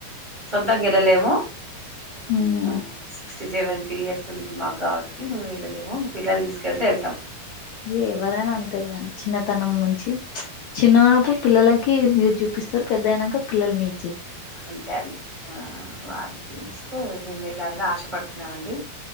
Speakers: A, on the right; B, on the left.
A: సొంతం ఎల్లలేము
B: ఉమ్
A: ఆ క్స్ సెవెంటీ ఇయర్స్ ఉంది మాగ్ గావట్టికి మేము వెళ్ళలేము పిల్లలు తీసుకెళ్తే ఎళ్తమ్
B: ఇ ఎవరైనా అంతే కదండి చిన్నతనం నుంచి చిన్నగున్నప్పుడు
A: అట్లా
B: పిల్లలకి మీరు చూపిస్తారు పెద్ద అయినాక పిల్లలు మీక్
A: అంతే అండి ఆ వాళ్ళు చూయిస్తే మేము వెళ్ళాలని ఆశపడుతున్నామండి